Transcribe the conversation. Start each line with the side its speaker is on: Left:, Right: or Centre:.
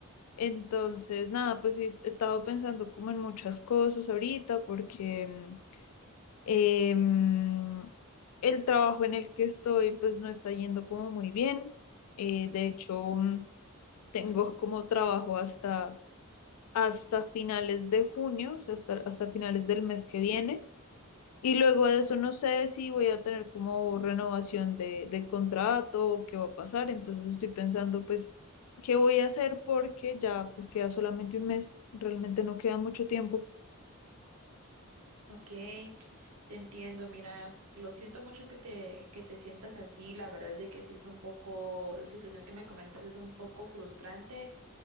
Left: entonces, nada, pues sí, he estado pensando como en muchas cosas ahorita porque eh, mm, el trabajo en el que estoy pues no está yendo como muy bien. eh, de hecho, mm, tengo como trabajo hasta hasta finales de junio, o sea, hasta, hasta finales del mes que viene. Y luego de eso no sé si voy a tener como renovación de, de contrato o qué va a pasar. Entonces estoy pensando pues qué voy a hacer porque ya pues queda solamente un mes, realmente no queda mucho tiempo.
Right: Ok, te entiendo. Mira, lo siento mucho que te, que te sientas así. La verdad es de que sí es un poco, la situación que me comentas es un poco frustrante,